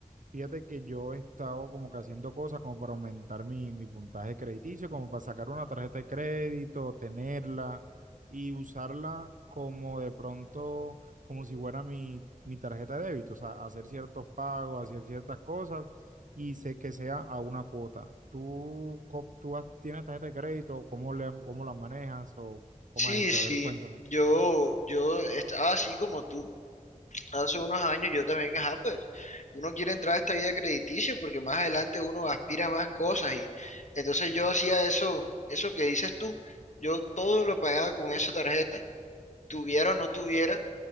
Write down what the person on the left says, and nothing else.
Sí,
sí,
yo, yo estaba así como tú. Hace unos años yo también, ajá, pues uno quiere entrar a esta vida crediticia porque más adelante uno aspira a más cosas y entonces yo hacía eso, eso que dices tú, yo todo lo pagaba con esa tarjeta, tuviera o no tuviera,